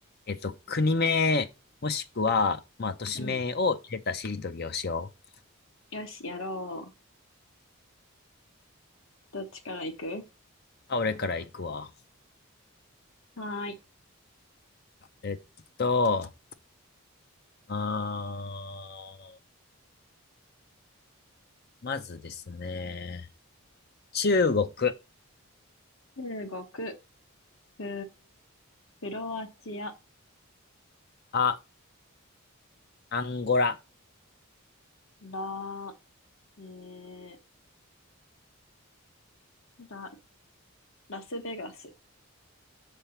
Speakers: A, on the left (about 45°); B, on the left (about 65°).
A: えっと、国名、もしくは、まあ、都市名を入れたしりとりをしよう。
B: うん。よし、やろう。どっちから行く
A: あ、俺から行くわ。
B: はーい。
A: えっと、あー、まずですね、中国、
B: 中国、ク、クロアチア、
A: あ、アンゴラ、
B: ラ、えー、ラ、ラスベガス、